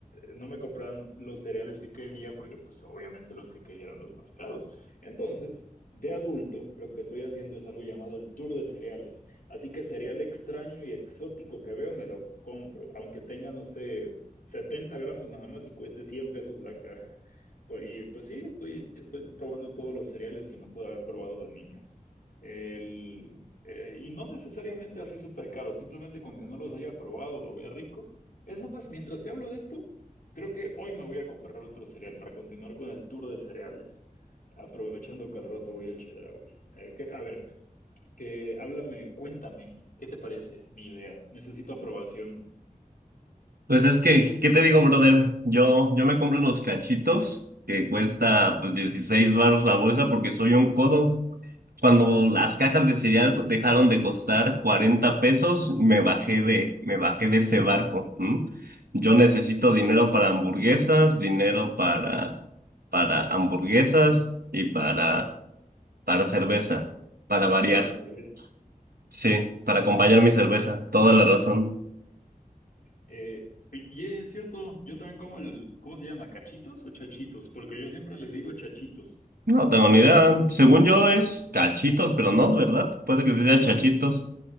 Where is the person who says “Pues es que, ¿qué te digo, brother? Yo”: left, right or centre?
Right